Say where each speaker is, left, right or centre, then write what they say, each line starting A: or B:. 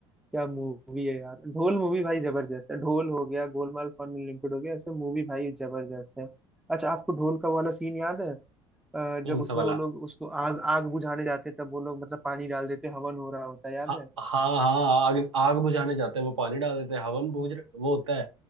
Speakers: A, in the centre; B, on the right.
A: क्या मूवी है यार ढोल मूवी भाई जबरदस्त है ढोल हो गया गोलमाल फन लिमिटेड हो गया ऐसे मूवी भाई जबरदस्त है अच्छा आपको ढोल का वो वाला सीन याद है अ,
B: कौन
A: जब उसमें
B: सा वाला
A: वो लोग उसको आग आग बुझाने जाते हैं, तब वो लोग मतलब पानी डाल देते हैं, हवन हो रहा होता है याद
B: हाँ
A: है
B: हाँ हाँ आग आग बुझाने जाते हैं वो पानी डाल देते हैं हवन बुझ वो होता है